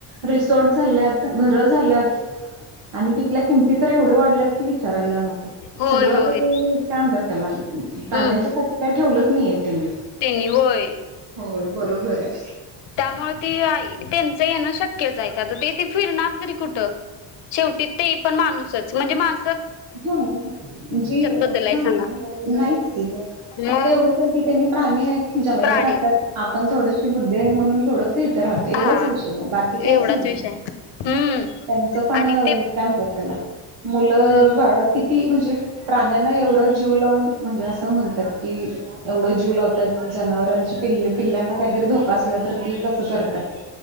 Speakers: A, on the right; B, on the left.
A: रिसॉर्ट झाल्यात घर झाल्यात आणि तिथल्या किमती तर एवढे वाढल्यात की विचारायला नको
B: होय
A: सगळं
B: होय
A: तर ते काय म्हणतात त्याला ताण्यांच्या
B: हम्म
A: साठी काय ठेवलंच नाही त्या म
B: त्यांनी होय
A: होय बरोबर हाय
B: त्यामुळे ती आ त्यांचं येण शक तेच हाय तेथे फिरणार ते तर कुठं शेवटी ते पण माणूसच म्हणजे माणूस
A: ह जी ह
B: बद्दल आहे
A: नाहीच
B: सांगा
A: की फक्त
B: मग
A: एवढच आहे की त्यांनी प्राणी आहेत जंगलात
B: प्राणी
A: राहतात
B: आहेत
A: आपण थोडशी बुद्धी आहे म्हणून थोडस इथे राहत एवढाच
B: हा
A: विषय बाकी काहीच
B: एवढाच
A: नाही
B: विषय हम्म
A: त्यांच पण
B: आणि ते
A: काय म्हणतात त्याला मुलं
B: हम्म
A: किती म्हणजे प्राण्याना एवढ जीव लावून म्ह जे असं म्हणतात की एवढं जीव लावतात जनावरांची पिल् पिल्ल्यांना काहीतरी धोका असला तररी ते कसं करतात